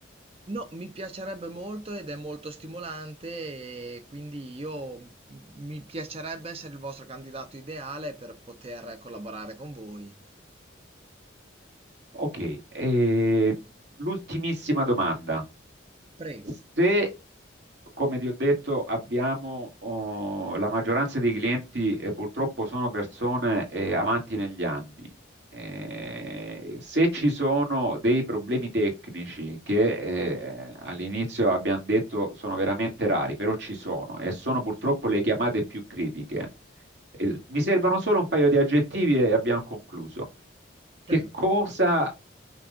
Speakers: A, on the right; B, on the right.
A: No, mi piacerebbe molto ed è molto stimolante e quindi io m- mi piacerebbe essere il vostro candidato ideale per poter collaborare con voi.
B: Ok, e l'ultimissima domanda.
A: Prego.
B: Se Come ti ho detto, abbiamo oh, la maggioranza dei clienti e purtroppo sono persone eh, avanti negli anni. Eh, se ci sono dei problemi tecnici che eh, all'inizio abbiamo detto sono veramente rari, però ci sono e sono purtroppo
A: Sì.
B: le chiamate più critiche. Eh, mi servono solo un paio di aggettivi e abbiamo concluso. Che
A: Prego.
B: cosa